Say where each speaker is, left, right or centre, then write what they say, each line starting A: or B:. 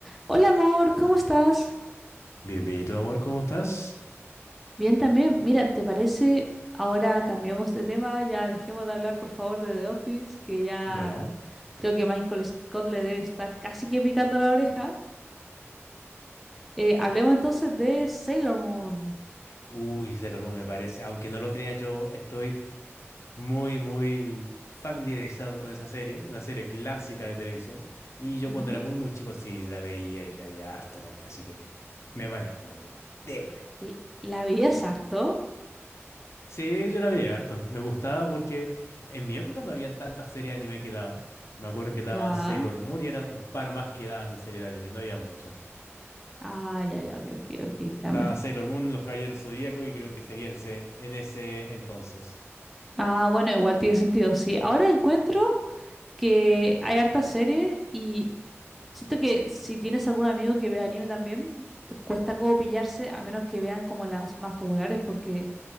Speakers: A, in the centre; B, on the left.
A: Hola amor, ¿cómo estás?
B: Bienvenido, amor, ¿cómo estás?
A: Bien también. Mira, ¿te parece? Ahora cambiamos de tema, ya dejemos de hablar por favor de The Office, que ya
B: Ya.
A: creo que Michael Scott le debe estar casi que picando la oreja. Eh, hablemos entonces de Sailor Moon.
B: Uy, Sailor Moon me parece. Aunque no lo creas, yo estoy muy, muy familiarizado con esa serie, una serie clásica de televisión. Y yo
A: Ujú.
B: cuando era muy, muy chico sí la veía y la veía harto también, así que me manejo con el tema. Démosle.
A: L- ¿La veías harto?
B: Sí, yo la veía harto. Me gustaba porque en mi época no habían tantas series de anime que daban. Me acuerdo que daban
A: Ya.
B: Sailor Moon y eran un par más que daban de serie de anime, no había muchas.
A: Ah, ya, ya, ok, ok, ok, ya
B: Da
A: me-
B: Sailor Moon, Los Caballeros Zodíacos y creo que sería en ese, en ese entonces.
A: Ah, bueno, igual tiene sentido, sí. Ahora encuentro que hay harta serie y Siento que si tienes algún amigo que ve anime también, cuesta como pillarse, a menos que vean como las más populares, porque